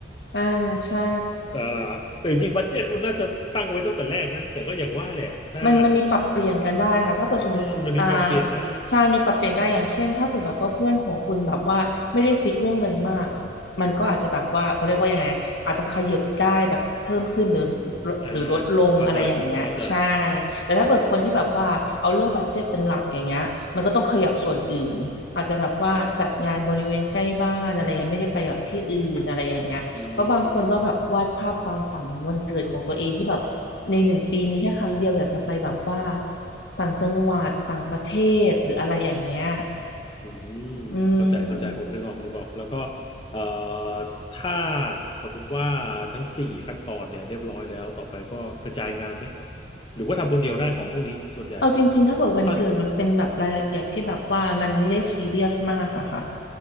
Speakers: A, on the left; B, on the left.
A: อ่าใช่
B: อ่าแต่จริงๆบัดเจ็ตมันน่าจะตั้งไว้ตั้งแต่แรกนะแต่ก็อย่างว่าแหละถ้า
A: มันมันมีปรับเปลี่ยนกันได้ค่ะถ้าเปิดสมมติอ่า
B: อืมมันมีปรับเปลี่ยนได้
A: ใช่มีปรับเปลี่ยนได้อย่างเช่นถ้าเปิดแบบว่าเพื่อนของคุณแบบว่าไม่ได้ฟิกเรื่องเงินมากมันก็อาจจะแบบว่าเขาเรียกว่ายังไงอาจจะขยับได้แบบเพิ่มขึ้นหรือ
B: อ่า
A: หรือลดลงอะไรอย่างเงี้ยใช่
B: เข้าใจเข้าใจ
A: แต่ถ้าเปิดคนที่แบบว่าเอาเรื่องบัดเจ็ตเป็นหลักอย่างเงี้ยมันก็ต้องขยับส่วนอื่นอาจจะแบบว่าจัดงานบริเวณใกล้บ้านอะไรเงี้ยไม่ได้ไปแบบที่อื่นอะไรอย่างเงี้ย
B: อ่าอื
A: เพราะบางคนก็แบบวาดภาพความฝันวันเกิดของตัวเองที่แบบ
B: ม
A: ในหนึ่งปีมีแค่ครั้งเดียวอยากจะไปแบบว่าต่างจังหวัดต่างประเทศหรืออะไรอย่างเงี้ย
B: อืม
A: อื
B: เข้าใจเข้าใจผมนึกออกนึกออก
A: ม
B: แล้วก็เอ่อถ้าสมมติว่าทั้งสี่ขั้นตอนเนี่ยเรียบร้อยแล้ว ต่อไปก็กระจายงานไหม หรือว่าทำคนเดียวได้ของพวกนี้ส่วนใหญ่
A: เอาจริงๆถ้าเกิดวันเกิดมันเป็นแบบรายละเอียดที่แบบว่ามันไม่ได้ซีเรียสมากอะค่ะ
B: ถ้า